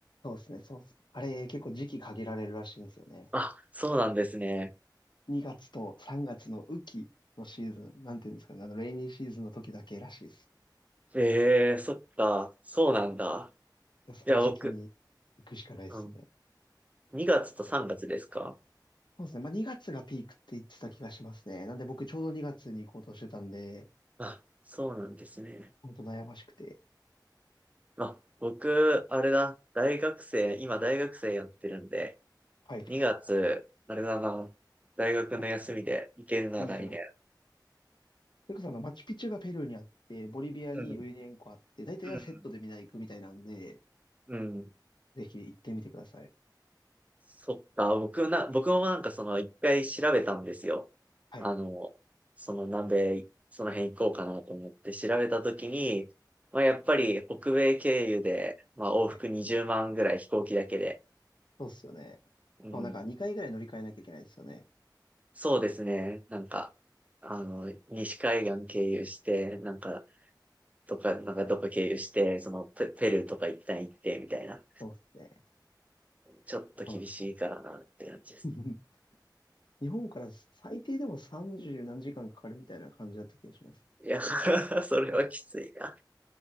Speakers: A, on the left; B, on the right.
A: そうですね、そうですね。あれ、結構時期限られるらしいんですよね。
B: う。あ、そうなんですね。
A: 2月と3月の雨季のシーズン、なんていうんですかね、あの、レイニーシーズンの時だけらしいです。
B: ええ、そっか、そうなんだ。
A: その時期に行くしかないですね。
B: いや、僕、うん、2月と3月ですか
A: そうですね。まあ、2月がピークって言ってた気がしますね。なんで僕ちょうど2月に行こうとしてたんで、
B: あ、そうなんですね。
A: ほんと悩ましくて。
B: あ、僕、あれだ、大学生、今大学生やってるんで、
A: はい。
B: 2月、あれだな、大学の休みで行けるな、
A: おいいじゃない。
B: 来年。
A: それこそあの、マチュピチュがペルーにあって、ボリビアにウユニ塩湖あって、
B: うん、
A: 大体はセットでみんな行くみたいなんで、
B: うん、うん。
A: ぜひ行ってみてください。
B: そっか、僕な、僕もなんかその一回調べたんですよ。
A: はい。
B: あの、その南米、その辺行こうかなと思って調べたときに、まあやっぱり北米経由で、まあ往復20万ぐらい飛行機だけで、
A: はい。そうっすよね。しかもなんか2回ぐらい乗り換えなきゃいけないですよね。
B: うん、そうですね、なんか、あの、西海岸経由して、なんか、とか、なんかどこ経由して、そのペ、ペルーとか一旦行って、みたいな。
A: そうっすね。
B: ちょっと厳しいからなって感じです。
A: はい。<laughs> 日本から最低でも30何時間かかるみたいな感じだった気がします。
B: いや、<laughs> それはきついな。